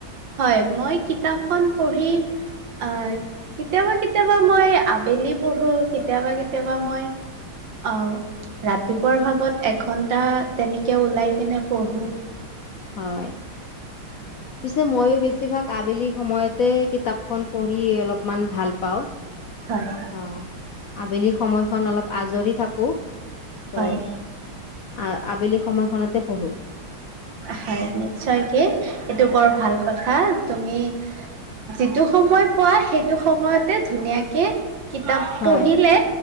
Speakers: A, on the right (about 65°); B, on the left (about 75°).
A: হয় মই কিতাপখন পঢ়ি আহ কেতিয়াবা কেতিয়াবা মই আবেলি পঢ়ো কেতিয়াবা কেতিয়াবা মই আহ ৰাতিপুৱাৰ ভাগত এঘন্টা তেনেকে ওলাই কেনে পঢ়ো।
B: হয়। পিছে মইো বেছিভাগ। আবেলি সময়তে কিতাপখন পঢ়ি অলপমান ভাল পাওঁ।
A: হয়।
B: অ আবেলি সময়খন অলপ আজৰি থাকো। তো।
A: হয়,
B: আ আবেলি সময়খনতে পঢ়ো।
A: হয় নিশ্চয় কি সটো বৰ ভাল কথা তুমি যিটো সময় পোৱা সেইটো। সময়তে ধুনীয়াকে কিতাপ
B: হয়
A: পঢ়িলে।